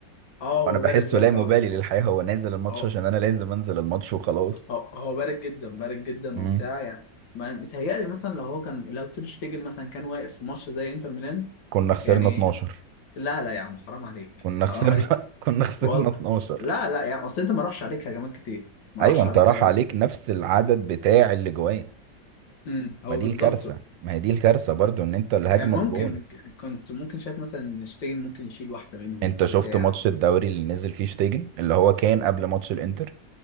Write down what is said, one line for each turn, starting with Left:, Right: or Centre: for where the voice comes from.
Left: اه
Right: وأنا
Left: هو
Right: بحسه
Left: بارد بارد
Right: لا مبالي
Left: قوي
Right: للحياة هو نازل الماتش
Left: اه
Right: عشان أنا لازم أنزل الماتش وخلاص
Left: هو هو بارد جدا بارد جدا
Right: مم.
Left: وبتاع يعني ما متهيألي مثلا لو هو كان لو تير شتيجن مثلا كان واقف في ماتش زي انتر ميلان
Right: كنا خسرنا
Left: يعني
Right: 12
Left: لا لا يا عم حرام عليك
Right: كنا خسرنا
Left: حرام عليك
Right: <laughs> كنا خسرنا
Left: وال...
Right: 12
Left: لا لا يا عم اصل انت ما راحش عليك هجمات كتير ما
Right: أيوه
Left: راحش
Right: أنت
Left: عليك
Right: راح
Left: هجمات
Right: عليك نفس العدد بتاع الأجوان
Left: امم هو
Right: ما دي
Left: بالظبط
Right: الكارثة ما هي دي الكارثة برضه إن أنت الهجمة
Left: كان ممكن
Right: بجون
Left: كنت ممكن شايف مثلا ان شتيجن ممكن يشيل واحدة منهم
Right: انت شفت
Left: بتاع
Right: ماتش الدوري اللي نزل فيه شتيجن اللي هو كان قبل ماتش الانتر